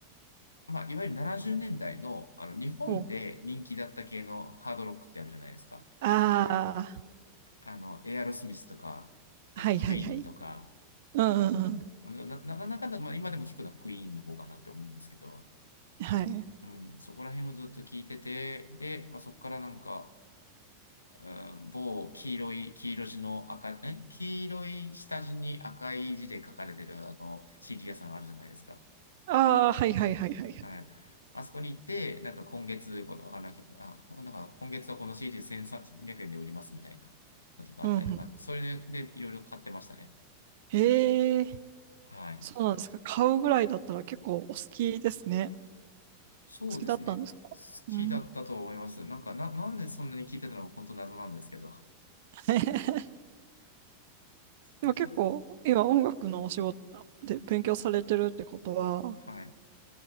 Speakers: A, on the left; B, on the right.
A: まあ、いわゆる70年代の、あの、日本で人気だった系のハードロックってあるじゃないですか。
B: うん。お、あ
A: あの、エアロスミスとか、あとクイーンとか、
B: あ、はいはいはい。うんうんうん。
A: うんな、な、なんだかんだ、まあ、今でも聞くのはクイーンの方かなって思うんですけど、
B: はい。
A: うん、そこら辺をずっと聞いてて、で、まあ、そこからなんか、うん、某黄色い、黄色地の赤、え黄色い下地に赤い字で書かれてるあの CD 屋さんあるじゃないですか。
B: ああ、はいはいはいはい。
A: はい。あそこに行って、なんか今月、この、あ、なんか、あなんか今月はこの CD 1300円で売りますみたいなのとかあったりとか、
B: うんうん。
A: それで、でいろいろ買ってましたね。
B: へえ、
A: はい。
B: そうなんですか。買うぐらいだったら結構お好きですね。
A: そうですね。
B: 好きだったんですかうん。
A: 好きだったと思います。なんか、な、なんでそんなに聞いてたのか本当謎なんですけど。
B: <laughs>
A: そうそう。
B: でも結構、今音楽のお仕事で勉強されてるってことは、
A: はい。